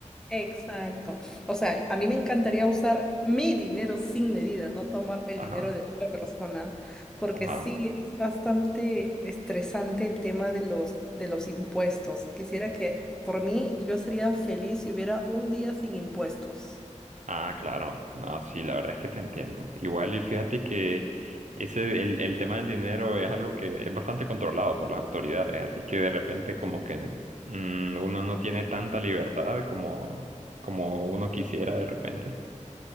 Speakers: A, in the centre; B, on the right.
A: Exacto. O sea, a mí me encantaría usar mi dinero sin medida, no tomar el
B: Ajá,
A: dinero de otra persona, porque
B: ajá.
A: sí es bastante estresante el tema de los, de los impuestos. Quisiera que, por mí, yo sería feliz si hubiera un día sin impuestos.
B: Ah, claro. No, sí, la verdad es que te entiendo. Igual, y fíjate que ese, el, el tema del dinero es algo que es bastante controlado por las autoridades, así que de repente como que mm, uno no tiene tanta libertad como, como uno quisiera de repente.